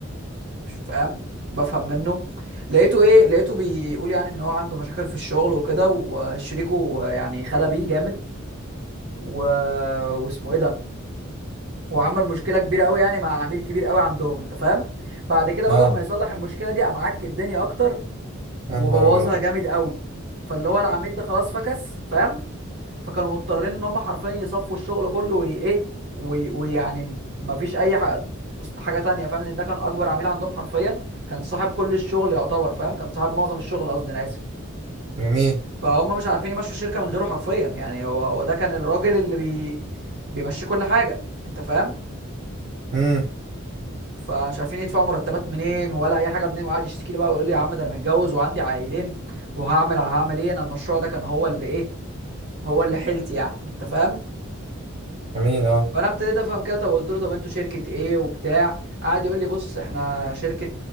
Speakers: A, on the right; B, on the right.
A: مش فاهم بفهم منه لقيته ايه لقيته بيقول يعني ان هو عنده مشاكل في الشغل وكده وشريكه يعني خلى بيه جامد و... واسمه ايه ده وعمل مشكله كبيره قوي يعني مع عميل كبير قوي عندهم انت فاهم بعد كده
B: اه
A: بدل ما يصلح المشكله دي قام عك الدنيا اكتر
B: يا
A: وبوظها
B: نهار ابيض
A: جامد قوي فاللي هو العميل ده خلاص فكس فاهم فكانوا مضطرين ان هم حرفيا يصفوا الشغل كله وايه وي- ويعني ما فيش اي حاجه حاجه تانية فاهم لان ده كان اكبر عميل عندهم حرفيا كان صاحب كل الشغل يعتبر فاهم كان صاحب معظم الشغل قصدي انا اسف
B: جميل
A: فهم مش عارفين يمشوا الشركه من غيره حرفيا يعني هو هو ده كان الراجل اللي بي بيمشي كل حاجه انت فاهم
B: امم
A: فمش عارفين يدفعوا مرتبات منين ولا اي حاجه منين وقعد يشتكي لي بقى ويقول لي يا عم ده انا متجوز وعندي عائلين وهعمل هعمل ايه انا المشروع ده كان هو اللي ايه هو اللي حيلتي يعني انت فاهم
B: جميل اه
A: فانا ابتديت افهم كده طب قلت له طب انتوا شركه ايه وبتاع قعد يقول لي بص احنا شركه